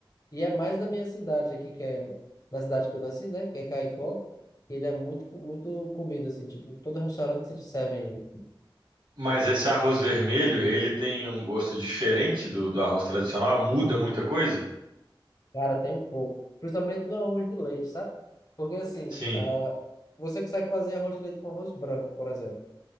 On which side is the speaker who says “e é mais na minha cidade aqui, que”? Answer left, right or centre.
Left